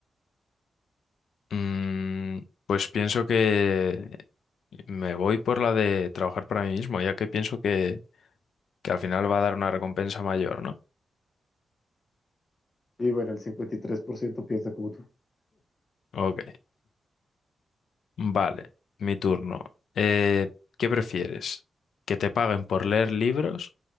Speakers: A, on the left; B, on the left.
A: Mm, pues pienso que me voy por la de trabajar para mí mismo, ya que pienso que, que al final va a dar una recompensa mayor, ¿no?
B: Y bueno, el 53% piensa como tú.
A: Ok, vale, mi turno. Eh, ¿qué prefieres? ¿Que te paguen por leer libros?